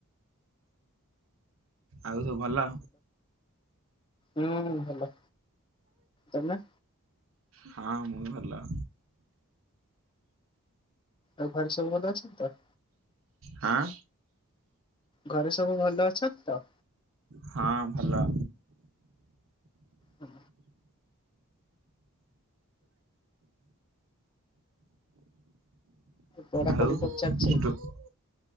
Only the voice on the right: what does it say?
ଆଉ ସବୁ ଭଲ।
ହଁ ମୁଁ ବି ଭଲ।
ହଁ।
ହଁ ଭଲ।
ଆଉ
<unintelligible>